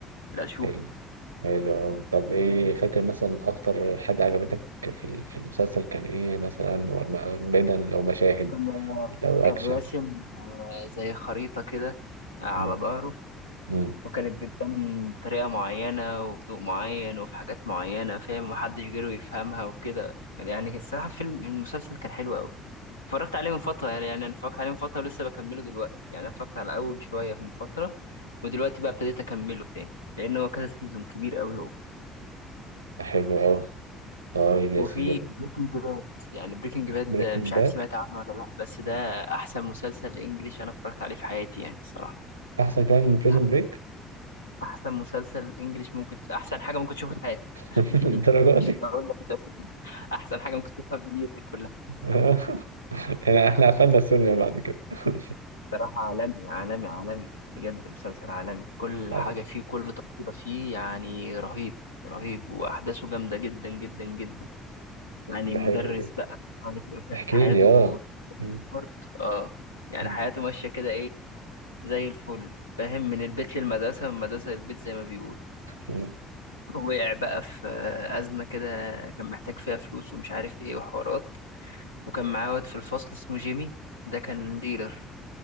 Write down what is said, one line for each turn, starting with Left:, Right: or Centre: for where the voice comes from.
Left: لا شوف
Right: حلو حلو طب ايه فاكر مثلا اكتر حاجه عجبتك في ال- في المسلسل كان ايه مثلا وما- بعيدا لو مشاهد
Left: وكان
Right: لو
Left: كان
Right: اكشن
Left: راسم آه، زي خريطة كده آه، على
Right: مم.
Left: ظهره
Right: مم.
Left: وكانت بتبان بطريقة معينة وفي ضوء معين وفي حاجات معينة فاهم محدش غيره يفهمها وكده يعني الصراحة فيلم المسلسل كان حلو أوي اتفرجت عليه من فترة يعني أنا اتفرجت عليه من فترة ولسه بكمله دلوقتي يعني أنا اتفرجت على أول شوية من فترة ودلوقتي بقى ابتديت أكمله تاني لأن هو كذا سيزون كبير أوي
Right: حلو أوي طيب يا
Left: وفي
Right: سيدي
Left: بريكنج باد يعني بريكنج باد
Right: بريكنج
Left: ده مش عارف
Right: باد
Left: سمعت عنه ولا لا بس ده احسن مسلسل انجليش انا اتفرجت عليه في حياتي يعني الصراحه
Right: أحسن كمان من بريزون
Left: ده
Right: بريك
Left: احسن مسلسل انجليش ممكن احسن حاجه ممكن تشوفها في حياتك <laughs>
Right: <laughs> للدرجة
Left: مش
Right: دي
Left: هقول لك مسلسل إنجليش. احسن حاجه ممكن تشوفها في دنيتك كلها
Right: <laughs> يعني إحنا قفلنا السينما بعد كده <laughs>
Left: صراحه عالمي عالمي عالمي بجد مسلسل عالمي كل
Right: خلاص
Left: حاجه فيه كل تفصيله فيه يعني رهيب رهيب واحداثه جامده جدا جدا جدا يعني
Right: ده
Left: مدرس
Right: حلو جدا
Left: بقى مش عارف ايه وكانت
Right: احكي
Left: حياته
Right: لي آه م-
Left: برد اه يعني
Right: م-
Left: حياته ماشية كده ايه زي الفل فاهم من البيت للمدرسة من المدرسة للبيت زي ما بيقول
Right: م-
Left: وقع بقى في أزمة كده كان محتاج فيها فلوس ومش عارف ايه وحوارات وكان معاه واد في الفصل اسمه جيمي ده كان ديلر